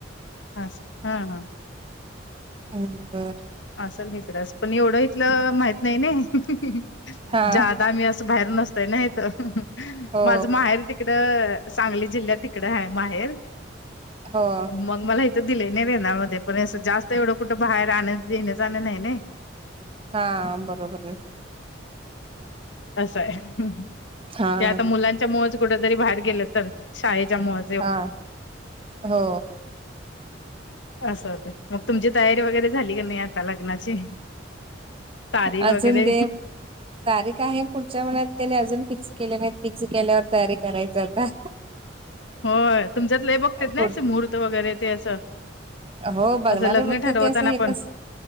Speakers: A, on the left; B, on the right.
A: हा हा हा
B: हम् बर.
A: असं निकस पण एवढं इथलं माहित नाही ना
B: हा
A: जादा मी अस बाहेर नसतय ना इत
B: हो
A: माझ माहेर तिकड सांगली जिल्ह्यात तिकड आहे माहेर.
B: हो.
A: मग मला हेथं दिलं नाही रेणार मध्ये पण जास्त एवढं कुठं बाहेर आण. येणं जाणं नही नई.
B: हा बरोबर.
A: असं आहे
B: हा
A: ते आता मुलांच्या मुळच कुठेतरी बाहेर गेलं तर शाळेच्या मुळ
B: हा हो
A: असं होत मग तुमची तयारी वगैरे झाली की नाही आता लग्नाची तारीख
B: अजून
A: वगैरे
B: ते, तारीख आहे पुढच्या मनात त्याने अजून फिक्स केले नाहीत फिक्स केल्यावर तयारी करायच आता
A: होय तुमच्यात लई बघत्यात ते
B: पुढ
A: नाही मुहूर्त वगैरे ते असं
B: हो बघणारे
A: असं लग्न
B: बघते
A: ठरवताना
B: ते असं हे
A: पण
B: कस